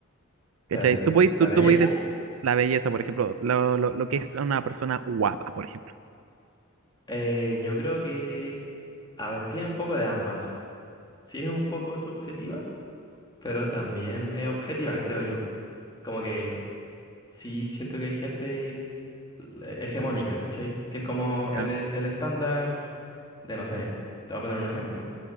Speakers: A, on the right; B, on the left.
A: ¿Cachai?
B: Espérate,
A: Tú podés,
B: ¿la
A: tú,
B: belleza?
A: tú podés decir la belleza, por ejemplo, lo, lo, lo que es una persona guapa, por ejemplo.
B: Eh, yo creo que, a ver, tiene un poco de ambas. Sí, es un poco subjetiva, pero también es objetiva, creo yo. Como que sí siento que hay gente hegemónica, ¿cachai? Que es como
A: Ya,
B: el, e, el estándar de, no sé, te voy a poner un ejemplo.